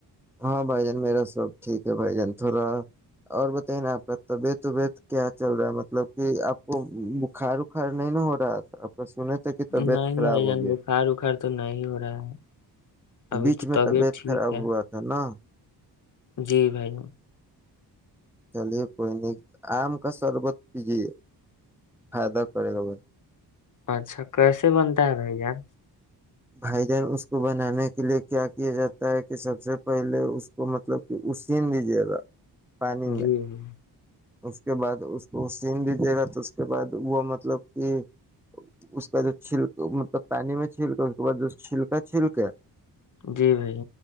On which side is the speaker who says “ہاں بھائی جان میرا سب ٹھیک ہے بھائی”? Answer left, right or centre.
Centre